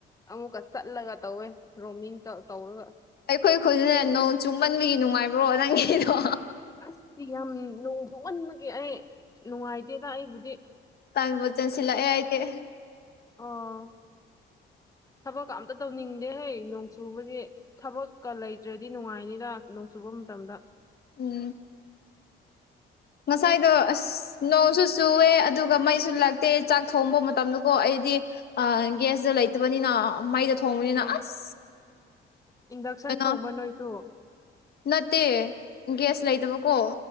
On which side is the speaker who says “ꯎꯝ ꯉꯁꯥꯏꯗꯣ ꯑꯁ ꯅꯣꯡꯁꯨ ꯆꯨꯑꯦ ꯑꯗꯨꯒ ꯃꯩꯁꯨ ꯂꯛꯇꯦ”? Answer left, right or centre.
Left